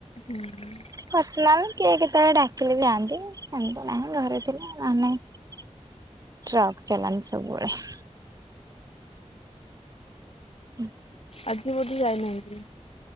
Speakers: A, on the left (about 60°); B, on the right (about 30°).
A: ହୁଁ <unintelligible>
B: ପର୍ସନାଲ୍ କିଏ କେତେବେଳେ ଡାକିଲେ ଯାଆନ୍ତି। ସେମତୀ ନାହିଁ, ଘରେ ଥିଲା, ନହେଲେ ନାହିଁ। ଟ୍ରକ୍ ଚଲାନ୍ତି ସବୁବେଳେ। ହୁଁ।
A: ଆଜି ବୋଧେ ଯାଇନାହାଁନ୍ତି?